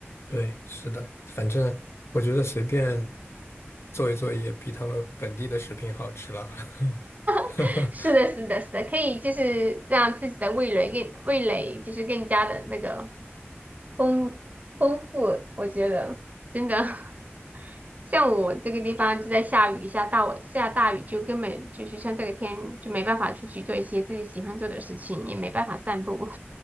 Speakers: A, on the left; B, on the right.
A: 对，是的，反正我觉得随便做一做也比他们本地的食品好吃了。<laughs>
B: <laughs> 是的，是的，是的，可以就是让自己的味蕾更味蕾就是更加的那个丰丰富，我觉得真的，<laughs> 像我这个地方就在下雨，下大晚下大雨就根本就是像这个天就没办法出去做一些自己喜欢做的事情，也没办法散步